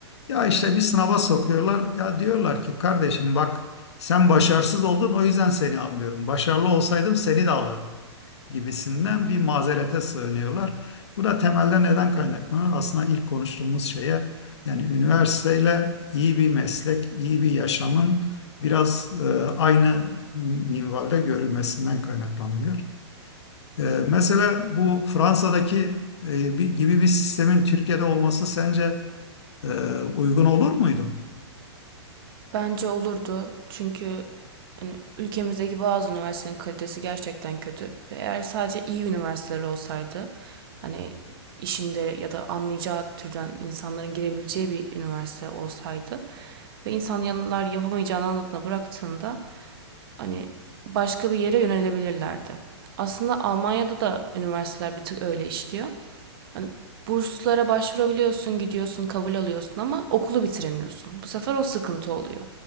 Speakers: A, on the left; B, on the right.
A: Ya işte bir sınava sokuyorlar. Ya diyorlar ki kardeşim bak sen başarısız oldun o yüzden seni almıyorum. Başarılı olsaydım seni de alırdım gibisinden bir mazerete sığınıyorlar. Bu da temelde neden kaynaklanıyor? Aslında ilk konuştuğumuz şeye yani üniversiteyle iyi bir meslek, iyi bir yaşamın biraz e, aynı minvalde görülmesinden kaynaklanmıyor. Ee, mesela bu Fransa'daki e, bir- gibi bir sistemin Türkiye'de olması sence e, uygun olur muydu?
B: Bence olurdu çünkü hani ülkemizdeki bazı üniversitelerin kalitesi gerçekten kötü ve eğer sadece iyi üniversiteler olsaydı hani işinde ya da anlayacağı türden insanların girebileceği bir üniversite olsaydı ve insanlar yapamayacağını anladığında bıraktığında hani başka bir yere yönelebilirlerdi. Aslında Almanya'da da üniversiteler bir tık öyle işliyor. Hani burslara başvurabiliyorsun, gidiyorsun, kabul alıyorsun ama okulu bitiremiyorsun. Bu sefer o sıkıntı oluyor.